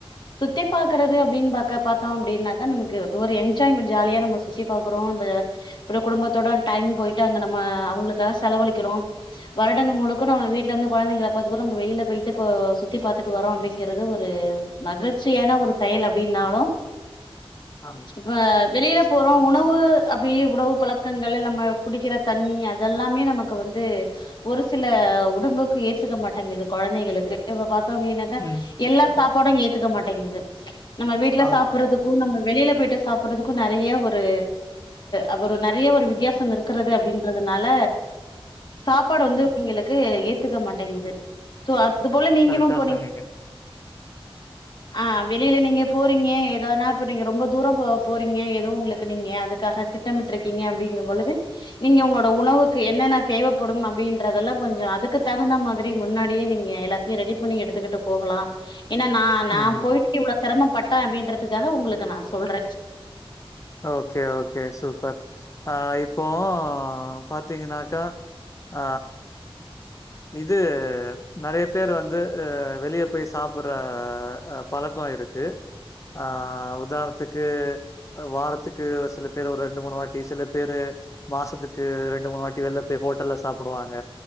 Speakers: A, on the left; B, on the left.
A: சுத்தி பாக்குறது அப்டின்னு பாக்க பாத்தோ அப்டினாக்கா நமக்கு அது ஒரு என்ஜாய்மெண்ட் ஜாலியா நம்ம சுசிப் பாக்குறோ அந்த அப்றோ குடும்பத்தோட டைம் போயிட்டு அங்க நம்ம அவுங்களுக்காக செலவழிக்கிறோ வருடங்க முழு க்க நம்ம வீட்ல இருந்து கொழந்தைங்கள பாத்துக்குறோ நம்ம வெளியில போயிட்டு இப்போ சுத்தி பாத்துட்டு வரோ அப்டிங்குறது ஒரு சகச்சியான ஒரு செயல் அப்டின்னாலோ
B: ஆமா
A: ப்ப வெளியில போறோ உணவு அப்டியே உணவு பழக்கங்கள் நம்ம குடிக்கிற தண்ணி அதெல்லாமே நமக்கு வந்து ஒரு சில உடம்புக்கு ஏத்துக்க மாட்டாங்கிது கொழந்தைகளுக்கு இப்ப பாத்தோ அப்டின்னாக்கா
B: ம்.
A: எல்லா சாப் பாடு ஏத்துக்க மாட்டேங்குது நம்ம வீட்டுல
B: ஆமா
A: சாப்புறதுக்கு
B: ஆமா ஆமா
A: நம்ம வெளியில போயிட்டு சாப் புறதுக்கு நெறைய ஒரு அபுரோ நெறைய ஒரு வெ வித்தியா சம் இருக்கிறது அப்டின்றதுனால சாப்பாடு வந்து நீங்களுக்கு ஏத்துக்க மாட்டேங்குது சோ அது போல நீங்களு
B: கரெக்டா
A: போனீங்
B: சொன்னீங்க
A: அ வெளியில நீங்க போறீங்க ஏதனா இப்போ நீங்க ரொம்ப தூரோ போ போறீங்க எதுவு உங்களுக்கு நீங்க அதுக்காக திட்டமிட்டுருக்கீங்க அப்டிங்கும் பொழுது நீங்க உங்களோட உணவுக்கு என்னென்ன தேவப்படும் அப்டி ன்றதெல்லா கொஞ்சோ அதுக்கு தகுந்த மாதிரி முன்னாடியே நீங்க எல்லாத்தையோ ரெடி பண்ணி எடுத்துக்கிட்டு போகலா ஏன்னா நா நா
B: ம்
A: போயிட்டு இவ்ளோ சிரமப்பட்ட அப்டின்றதுக்காக உங்களுக்கு நா சொல்ற
B: ஓகே ஓகே சூப்பர் அ இப்போ பாத்தீங்கன்னாக்கா ஆ இது நெறைய பேர் வந்து வெளியப் போய் சாப்புற பழக்கோ இருக்கு அ உதார்ண்த்துகு வாரத்துக்கு ஒரு சில பேர் ஒரு ரெண்டு மூணு வாட்டி சில பேரு மாசத்துக்கு ரெண்டு மூணு வாட்டி வெல்லப் போய் ஹோட்டல்ல சாப்டுவாங்க